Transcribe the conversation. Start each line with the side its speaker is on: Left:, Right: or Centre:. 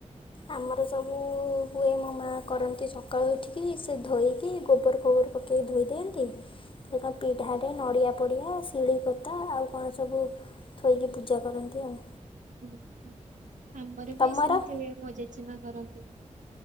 Left: ଆମର ସବୁ ହୁଏ ମୋ ମାଆ କରନ୍ତି ସକାଳୁ ଉଠିକି ସେ ଧୋଇକି ଗୋବର ଖୋବର ପକେଇକି ଧୋଇ ଦିଅନ୍ତି। ସେ ପିଢାରେ ନଡିଆ ପଡ଼ିଆ ଶିଳିପୋତା ଆଉ କଣ ସବୁ ଥୋଇକି ପୂଜା କରନ୍ତି ଆଉ।
Right: ହୁଁ ହ ଆମର
Left: ତମର
Right: ବି ସେମିତି ହୁଏ ମୋ ଜେଜେ ମା କରନ୍ତି।